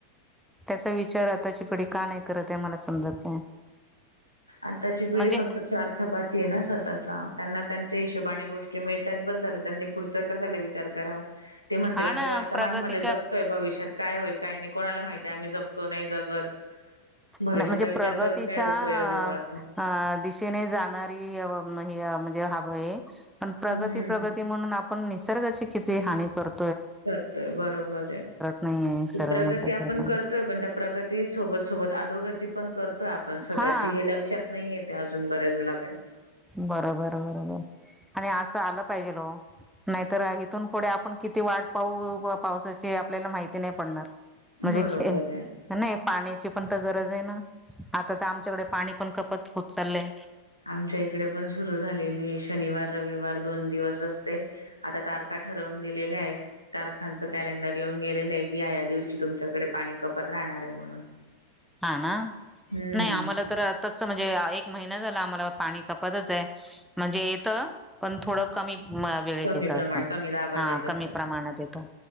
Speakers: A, in the centre; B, on the left (about 90°).
A: त्याचा विचार आताची पिढी का नाही करत आहे मला समजत नाही
B: आत्ताची पिढी
A: म्हणजे
B: फक्त स्वार्थपाती आहे ना स्वतःचा त्यांना त्यांच्या हिशोबाने गोष्टी मिळतात बस झालं त्यांनी पुढचं क विचार कराण
A: हा
B: आम्ही
A: ना
B: वर्तमान
A: प्रगतीच्या
B: मध्ये जगतोय भविष्यात काय होईल काही नाही कोणाला माहिती आम्ही जगतो नाही जगत भविष्याचा
A: म्हणजे
B: विचार
A: प्रगतीच्या
B: करून काय उपयोग आहे बा असं
A: दिशेने जाणारी म्हणजे हय पण प्रगती
B: हम्म
A: प्रगती म्हणून आपण निसर्गाची किती हानी करतो
B: करतोय बरोबर आहे
A: नाहीये खरं
B: प्रगती
A: म्हणत
B: आपण
A: तर सांग
B: करतोय पण त्या प्रगती सोबत सो सोबत आदोगती पण करतोय आपण स्वतःची
A: हा
B: हे लक्षात नाही येते अजून बऱ्याच लोकां
A: बरं बरं बरं आणि असं आलं पायजेल ओ नाहीतर हिथून पुढे आपण किती वाट पाहू पावसाची आपल्याला माहिती नाही पडणार म्हणजे
B: बरोबर आहे
A: नाही पाण्या ची पण गरज आहे ना आता तर आमच्याकडे पाणी पण कपत होत चाललंय
B: आमच्या इकडे पण सुरू झालेली शनिवार रविवार दोन दिवस असते आता तारखा ठरवून दिलेल्यात तारखांच कॅलेडर येऊन गेले आहे की या या दिवशी तुमच्याकडे पाणी कपात रा राहणार म्हणून
A: हा ना
B: हम्म
A: नाही आम्हाला तर आताच म्हणजे एक महिना झाला आम्हाला पाणी कपातच आहे म्हणजे येतं पण थोडं कमी वेळेत
B: कमी
A: येतं
B: प्रमाण
A: असं
B: कमी दाबात
A: हा
B: येत असेल
A: कमी प्रमाणात येतो